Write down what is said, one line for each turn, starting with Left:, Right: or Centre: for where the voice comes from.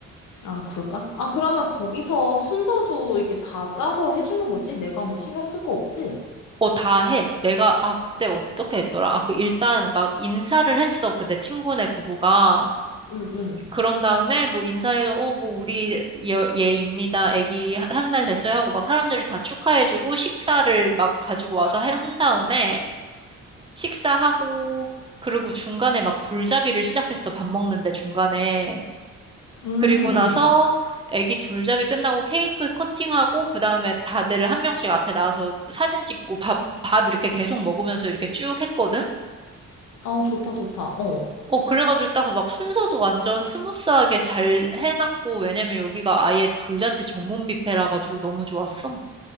Left: 아, 그럴까? 아, 그러면 거기서 순서도 이렇게 다 짜서 해주는 거지? 내가 뭐 신경 쓸 거 없지?
Right: 어, 다 해. 내가, 아, 그때 어떻게 했더라? 아, 그, 일단 막 인사를 했어. 그내 친구네 부부가.
Left: 응, 응.
Right: 그런 다음에 뭐 인사해, 어, 뭐 우리 얘, 얘입니다. 애기 한 달 됐어요 하고 막 사람들이 다 축하해주고 식사를 막 가지고 와서 해- 한 다음에 식사하고 그리고 중간에 막 돌잡이를 시작했어. 밥 먹는데 중간에.
Left: 응
Right: 그리고 나서
Left: 응.
Right: 애기 둘잡이 끝나고 케이크 커팅하고 그 다음에 다들 한 명씩 앞에 나와서 사진 찍고 밥, 밥 이렇게 계속 먹으면서 이렇게 쭉 했거든?
Left: 아, 좋다, 좋다. 어.
Right: 어, 그래가지고 딱 막 순서도 완전 스무스하게 잘 해놨고, 왜냐면 여기가 아예 돌잔치 전문 뷔페라 가지고 너무 좋았어.